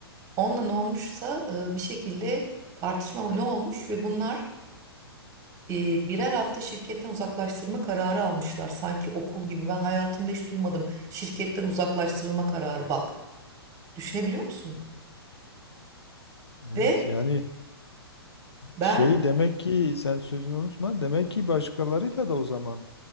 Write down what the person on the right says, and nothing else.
Onunla ne olmuşsa e, bir şekilde tartışma mı ne olmuş ve bunlar e, birer hafta şirketten uzaklaştırma kararı almışlar. Sanki okul gibi ben hayatımda hiç duymadım şirketten uzaklaştırılma kararı bak. Düşünebiliyor musun?
Ve
ben